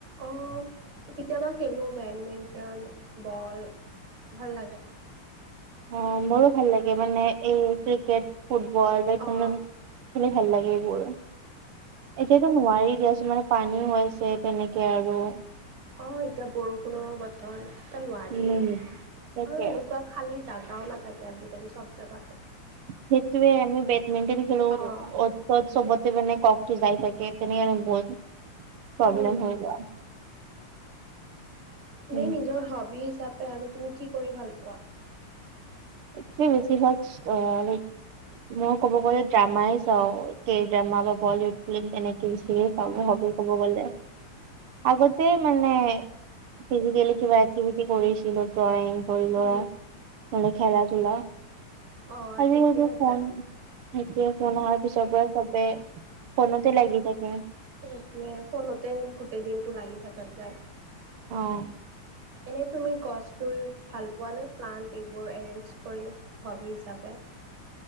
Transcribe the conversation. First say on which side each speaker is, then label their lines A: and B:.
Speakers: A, on the right; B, on the right.
A: অ কেতিয়াবা খেলো বেডমিণ্টন, বল ভাল লাগে।
B: অ মোৰো ভাল লাগে মানে এই ক্ৰিকেট, ফুটবল, বেডমিণ্টন।
A: অ অ
B: খেলি ভাল লাগে এইবোৰ, এতিয়াতো নোৱাৰি দিয়াচোন মানে- পানী হৈছে তেনেকে আৰু-
A: অঁ এতিয়া বৰষুণৰৰ বতৰ নোৱাৰি
B: উম।
A: আৰু
B: তাকে
A: তেনেকুৱা - খালি জাগাও নাথাকে আজিকালি চব- জাগাত।
B: সেইটোৱে আমি বেডমিণ্টন খেলো
A: অ',
B: অত তত ছবতে মানে ককটো যাই থাকে। তে তেনে বহুত প্ৰব্লেম
A: উম,
B: হৈ যায়।
A: এনে
B: উম।
A: নিজৰ হবি হিচাপে আৰু তুমি কি কৰি ভাল পোৱা?
B: সে বেছিভাগ অ, লাইক ম ক'ব গ'লে ড্ৰামাই চাওঁ। কেই ড্ৰামা বা বলিউড ফিল্ম তেনেক থ্ৰী ইষ্টমে চাওঁ
A: অ',
B: মোৰ হবী ক'ব গ'লে। আগতে মানে ফিজিকেলি কিবা কিবি কৰিছিলো ড্ৰয়িং ধৰি লৰা।
A: উম,
B: খেলা ধূলা
A: অ',
B: আজিকালি
A: ঠিকে আছে।
B: ফোন। সেইটোৱে ফোন অহাৰ পিছৰ পৰা চবে ফোনতে লাগি থাকে।
A: সেইটোৱে ফোনতে গোটেই দিনটো লাগি থকাত যায়।
B: অঁ
A: এনেই তুমি গছ ৰুই ভাল পোৱা নে প্লাণ্ট এইবোৰ এৰেঞ্জ কৰি হবি হিচাপে।